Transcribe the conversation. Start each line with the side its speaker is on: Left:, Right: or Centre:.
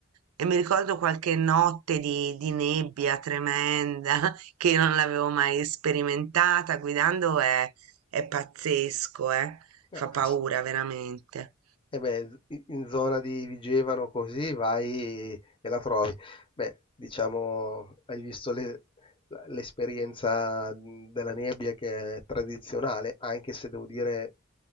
Right: e mi ricordo qualche notte di, di nebbia tremenda <laughs> che io non l'avevo mai sperimentata guidando è è pazzesco, eh.
Left: Eh,
Right: Fa paura
Left: eh, sì.
Right: veramente.
Left: E beh, z- i- in zona di Vigevano così vai e la trovi. Beh, diciamo, hai visto le- la- l'esperienza mh, della nebbia che è tradizionale, anche se devo dire